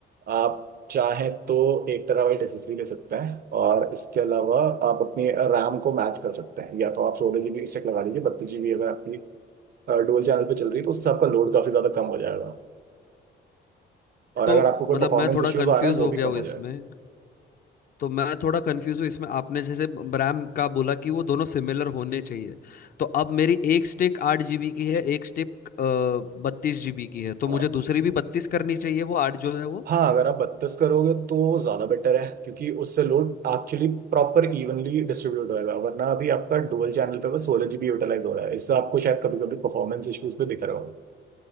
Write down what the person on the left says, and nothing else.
तो
मतलब
मैं थोड़ा
कंफ्यूज
हो
गया
हूँ
इसमें
तो मैं थोड़ा कंफ्यूज हूँ इसमें आपने जैसे रैम का बोला कि वो दोनों सिमिलर होने चाहिए तो अब मेरी एक स्टिक आठ जीबी की है एक स्टिक बत्तीस जीबी की है तो मुझे
दूसरी भी बत्तीस करनी चाहिए वो आठ जो है वो